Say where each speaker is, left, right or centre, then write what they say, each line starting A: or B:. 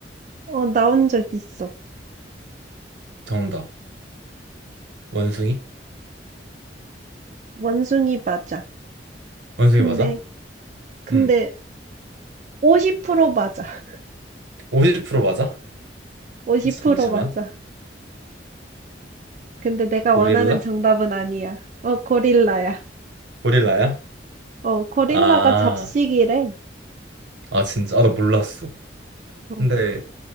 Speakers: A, on the right; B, on the right.
A: 어 나온 적 있어.
B: 정답. 원숭이?
A: 원숭이 맞아.
B: 원숭이
A: 근데
B: 맞아?
A: 근데
B: 음,
A: 50% 맞아. <laughs>
B: 50% 맞아?
A: 50%
B: 잠시만.
A: 맞아. 근데 내가
B: 고릴라?
A: 원하는 정답은 아니야. 어 고릴라야.
B: 고릴라야?
A: 어 고릴라가
B: 아,
A: 잡식이래.
B: 아 진짜? 아, 나 몰랐어.
A: 어
B: 근데